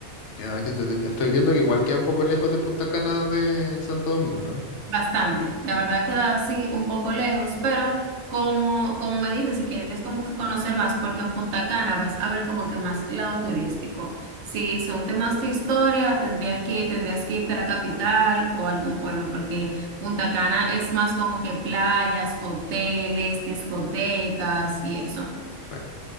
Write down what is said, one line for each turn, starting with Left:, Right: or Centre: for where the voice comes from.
Left: Ya, qué entretenido. Estoy viendo que igual queda un poco lejos de Punta Cana de Santo Domingo, ¿no?
Right: Bastante, la verdad queda así un poco lejos, pero como, como me dices, si quieres como que conocer más, porque en Punta Cana vas a ver como que más el lado turístico. Si son temas de historia, tendría que, tendrías que irte a la capital o a algún pueblo, porque Punta Cana es más como que playas, hoteles, discotecas y eso.
Left: Claro.